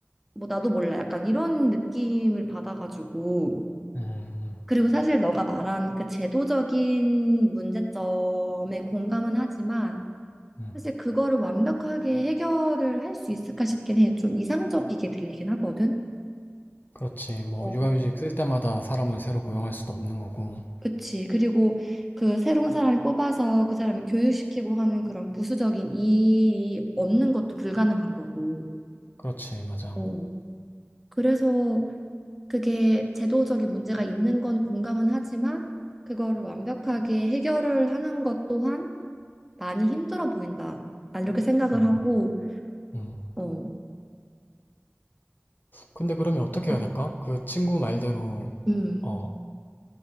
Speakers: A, in the centre; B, on the left.
A: 뭐, 나도 몰라. 약간 이런 느낌을 받아가지고,
B: 음,
A: 그리고 사실 너가 말한 그 제도적인 문제점에 공감은 하지만
B: 음.
A: 사실 그거를 완벽하게 해결을 할 수 있을까 싶긴 해. 좀 이상적이게 들리긴 하거든.
B: 그렇지. 뭐,
A: 어,
B: 육아휴직 쓸 때마다 사람을 새로 고용할 수도 없는 거고.
A: 그치. 그리고 그 새로운 사람을 뽑아서 그 사람을 교육시키고 하는 그런 부수적인 일이 없는 것도 불가능한 거고.
B: 그렇지, 맞아.
A: 어, 그래서 그게 제도적인 문제가 있는 건 공감은 하지만 그거를 완벽하게 해결을 하는 것 또한 많이 힘들어 보인다. 난 이렇게 생각을
B: 음,
A: 하고,
B: 음.
A: 어,
B: 근데 그러면 어떻게
A: 아,
B: 해야 될까? 그 친구 말대로,
A: 음,
B: 어,